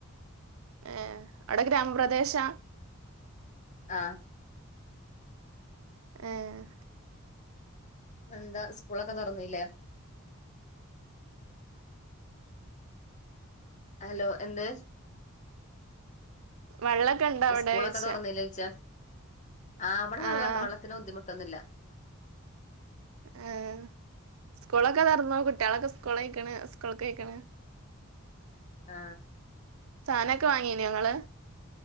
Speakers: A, on the right (about 75°); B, on the left (about 35°).
A: ഏ അവടെ ഗ്രാമപ്രദേശാ
B: ആ
A: ആഹ്
B: എന്താ സ്‌കൂളൊക്കെ തൊറന്നീലെ ഹലോ എന്ത്
A: വെള്ളൊക്കെ ഇണ്ടോ അവിടെ
B: സ്കൂളൊക്കെ
A: ചോയ്ച്ച
B: തുറന്നില്ലേ ച്ചാ ആ അവടെ വെള്ള
A: ആഹ്
B: ഒണ്ട് വെള്ളത്തിന് ബുദ്ധിമു ട്ട്ന്നില്ലാ
A: ആ സ്കൂളൊക്കെ തൊറെന്നോ? കുട്ടികളൊക്കെ സ്കൂളിക്കണ് സ്കൂൾക്കയക്കണ്.
B: ആ
A: സാനൊക്കേ വാങ്ങിനെ നിങ്ങള്.